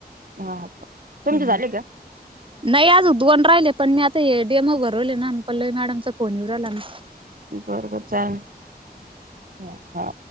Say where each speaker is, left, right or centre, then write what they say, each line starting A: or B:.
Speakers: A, on the right; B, on the right.
A: हा. हा. पाहू. तुमचे
B: हम्म.
A: झाले का?
B: नाही आजुक दोन राहिले. पण मी आता डेमो भरवले ना? पल्लवी मॅडमचा फोन येऊ रायला ना.
A: बरोबर. <unintelligible> हा. हा.